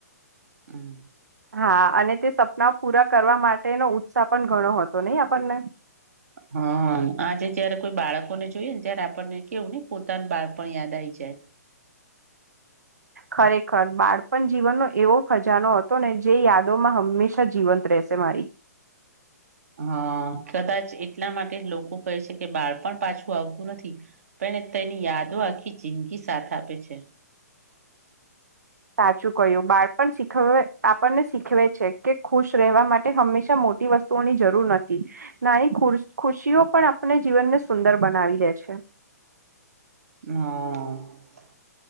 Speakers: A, on the right; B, on the right.
A: હમ
B: હા અને તે સપના પૂરા કરવા માટેનો ઉત્સાહ પણ ઘણો હતો નહી આપણને?
A: હા આજે જયારે કોઈ બાળકોને જોઈએ ને ત્યારે આપણને કેવું ને પોતાનું બાળપણ યાદ આવી જાય.
B: ખરેખર બાળપણ જીવનનો એવો ખજાનો હતો ને જે યાદોમાં હંમેશા જીવંત રહેશે મારી.
A: હ કદાચ એટલા માટે લોકો કહે છે કે બાળપણ પાછું આવતું નથી. પણ તેની યાદો આખી જિંદગી સાથ આપે છે.
B: સાચું કય્યું બાળપ શીખ આપણને શીખવે કે ખુશ રહેવા માટે હંમેશા મોટી વસ્તુ ની જરૂર નથી નાનીુ ખુશીઓ પણ આપને જીવનને સુંદર બનાવી લે છે.
A: હા